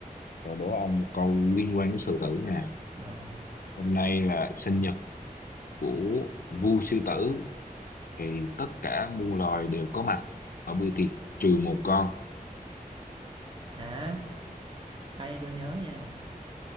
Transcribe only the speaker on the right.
rồi
à ai tôi nhớ nha